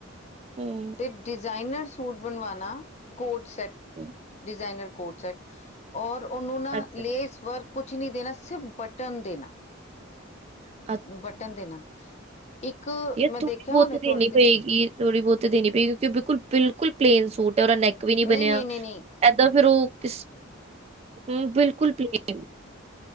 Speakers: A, on the right; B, on the left.
A: ਹੂੰ,
B: ਤੇ ਡਿਜ਼ਾਇਨਰ ਸੂਟ ਬਣਵਾਣਾ ਕੋਟਸ ਸੈਟ
A: ਹੂੰ,
B: ਡਿਜ਼ਾਇਨਰ ਕੋਟ ਸੈਟ ਔਰ ਉਹੋ ਨਾ
A: ਅੱਛਾ।
B: ਲੇਸ ਵਰਕ ਕੁੱਛ ਨਹੀਂ ਦੇਣਾ ਸਿਰਫ ਬਟਨ ਦੇਣਾ।
A: ਹ <inaudible>
B: ਬਟਨ ਦੇਣਾ ਇੱਕ
A: ਇਹ
B: ਮੈਂ ਦੇਖਿਆ
A: ਥੋੜ੍ਹੀ ਬਹੁਤੀ
B: ਉਹਨੇ ਥੋੜੇ
A: ਦੇਣੀ
B: ਦਿਨ
A: ਪਏਗੀ ਥੋੜੀ ਬਹੁਤੀ ਦੇਣੀ ਪਏਗੀ ਕਿਉਂਕਿ ਉਹ ਬਿਲਕੁਲ-ਬਿਲਕੁਲ ਪਲੇਨ ਸੂਟ ਐ ਉਹਦਾ ਨੈਕ ਵੀ ਨੀ
B: ਨਹੀਂ
A: ਬਣਿਆ
B: ਨਹੀਂ ਨਹੀਂ ਨਹੀਂ
A: ਏਦਾਂ ਫੇਰ ਉਹ ਕਿਸ ਹਮ ਬਿਲਕੁਲ ਪਲੇਨ